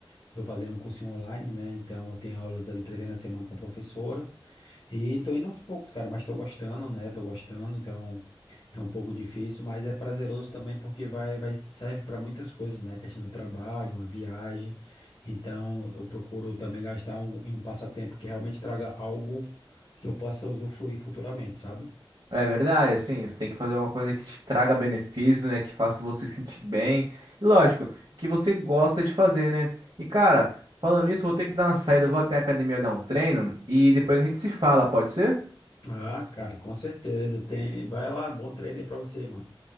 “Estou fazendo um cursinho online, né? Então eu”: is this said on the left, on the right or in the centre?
Left